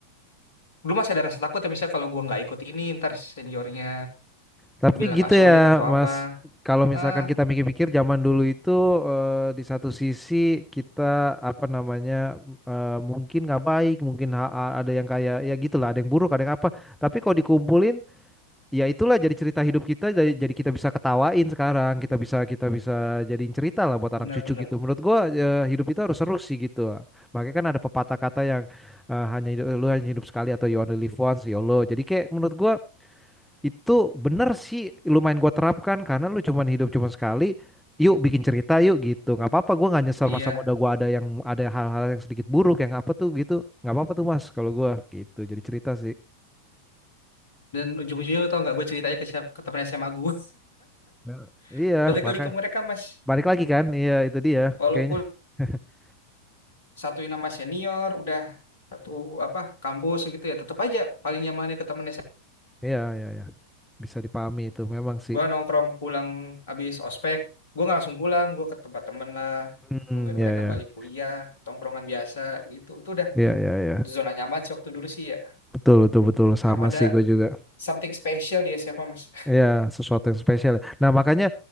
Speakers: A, on the left (about 60°); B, in the centre.
A: Dulu masih ada rasa takut ya misalnya kalau gua nggak ikut ini ntar seniornya
B: Tapi
A: bilang
B: gitu
A: nggak
B: ya,
A: solid atau
B: Mas.
A: apa.
B: Kalau misalkan
A: Ah
B: kita mikir-mikir zaman dulu itu eh, di satu sisi kita apa namanya eh, mungkin nggak baik, mungkin ha- a- ada yang kayak ya gitulah, ada yang buruk, ada yang apa. Tapi kalau dikumpulin, ya itulah jadi cerita hidup kita, jadi jadi kita bisa ketawain sekarang, kita bisa kita bisa jadiin cerita lah buat
A: benar-benar.
B: anak cucu gitu. Menurut gua eh, hidup itu harus seru sih gitu. Makanya kan ada pepatah kata yang eh, hanya hidup, lu hanya hidup sekali atau you only live once, YOLO. Jadi kayak menurut gua itu bener sih lumayan gua terapkan karena lu cuman hidup cuma sekali. Yuk bikin cerita yuk gitu. Nggak apa-apa gua nggak nyesel
A: Iya
B: masa muda gua ada yang ada hal-hal yang sedikit buruk yang apa tuh gitu. Nggak apa-apa tuh Mas kalau gua gitu. Jadi cerita sih.
A: dan ujung-ujungnya lu tau nggak gue ceritanya ke siapa ke temen SMA gue.
B: Nah,
A: <laughs>
B: Iya,
A: Balik
B: maka
A: lagi ke mereka mas.
B: balik lagi kan. Iya, itu dia
A: Walaupun
B: kayaknya. <laughs>
A: satuin nama senior udah satu apa kampus gitu ya tetap aja paling nyamannya ke temen
B: Iya, iya, iya. Bisa dipahami itu memang sih.
A: gue nongkrong pulang abis ospek gue nggak langsung pulang gue ke tempat temen lah
B: Hmm,
A: nungguin
B: ya,
A: mereka
B: ya,
A: balik kuliah tongkrongan biasa gitu itu udah
B: ya, ya, ya.
A: zona nyaman sih waktu dulu sih ya
B: Betul, betul, betul. Sama
A: emang ada
B: sih gue juga.
A: something special di SMA mas <laughs>
B: Iya, sesuatu yang spesial. Nah, makanya